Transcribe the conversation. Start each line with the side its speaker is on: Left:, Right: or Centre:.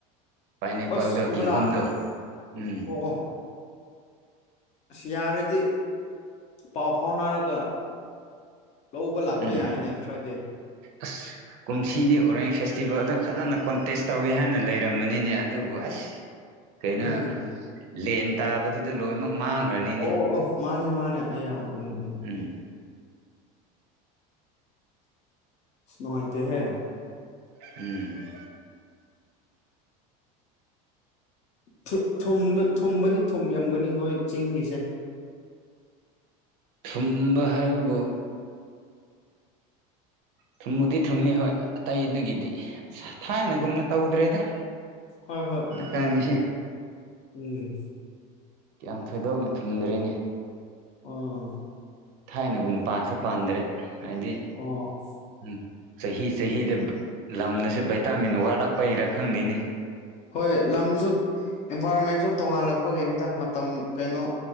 Right: ꯄꯥꯏꯅꯦꯄꯜꯗꯣ
Left: ꯑꯁ ꯀꯣꯃꯂꯥ
Right: ꯀꯤꯍꯣꯝꯗꯣ ꯎꯝ
Left: ꯑꯣ ꯑꯣ ꯑꯁ ꯌꯥꯔꯗꯤ ꯄꯥꯎ ꯐꯥꯎꯅꯔꯒ ꯂꯧꯕ ꯂꯥꯛꯄ
Right: ꯎꯝ
Left: ꯌꯥꯏꯅꯦ ꯈꯔꯗꯤ
Right: ꯑꯁ ꯀꯨꯝꯁꯤꯗꯤ ꯑꯣꯔꯦꯟꯖ ꯐꯦꯁꯇꯤꯚꯦꯜꯗ ꯐꯖꯅ ꯀꯣꯟꯇꯦꯁ ꯇꯧꯋꯤ ꯍꯥꯏꯅ ꯂꯩꯔꯝꯕꯅꯤꯅꯦ ꯑꯗꯨꯕꯨ ꯑꯁ ꯀꯩꯅꯣ
Left: ꯎꯝ
Right: ꯂꯦꯟ ꯇꯥꯕꯗꯨꯗ ꯂꯣꯏꯅꯃꯛ ꯃꯥꯡꯈ꯭ꯔꯅꯤꯅꯦ
Left: ꯑꯣ ꯑꯣ ꯃꯥꯅꯦ ꯃꯥꯅꯦ ꯑꯌꯥ ꯎꯝ ꯎꯝ
Right: ꯎꯝ
Left: ꯁꯤꯅꯨꯡꯉꯥꯏꯇ‌ꯦ ꯍꯦ
Right: ꯎꯝ
Left: ꯊꯨ ꯊꯨꯝꯕ ꯊꯨꯝꯕꯥꯗꯤ ꯊꯨꯝ ꯌꯥꯝꯒꯅꯤ ꯅꯣꯏ ꯆꯤꯡꯒꯤꯁꯦ
Right: ꯊꯨꯝꯕ ꯍꯥꯏꯕꯕꯨ ꯊꯨꯝꯕꯨꯗꯤ ꯊꯨꯝꯃꯤ ꯍꯣꯏ ꯑꯇꯩꯗꯒꯤꯗꯤ ꯑꯁ ꯊꯥꯏꯅꯒꯨꯝꯅ ꯇꯧꯗ꯭ꯔꯦꯗ
Left: ꯍꯣꯏ ꯍꯣꯏ
Right: ꯀꯁꯤ
Left: ꯎꯝ
Right: ꯀꯌꯥꯝ ꯊꯣꯏꯗꯣꯛꯅ ꯊꯨꯝꯗ꯭ꯔ‌ꯦꯅ‌ꯦ
Left: ꯑꯥ
Right: ꯊꯥꯏꯅꯒꯨꯝ ꯄꯥꯟꯁꯨ ꯄꯥꯟꯗ꯭ꯔꯦ ꯍꯥꯏꯗꯤ
Left: ꯑꯣ
Right: ꯎꯝ ꯆꯍꯤ ꯆꯍꯤꯗ ꯂꯝꯅꯁꯨ ꯚꯥꯏꯇꯥꯃꯤꯟ ꯋꯥꯠꯂꯛꯄꯩꯔꯥ ꯈꯪꯗ‌ꯦꯅ‌ꯦ
Left: ꯍꯣꯏ ꯂꯝꯁꯨ ꯏꯟꯚꯥꯏꯔꯣꯟꯃꯦꯟꯁꯨ ꯇꯣꯡꯉꯥꯜꯂꯛꯄꯒꯤꯅꯤꯗ ꯃꯇꯝ ꯀꯩꯅꯣ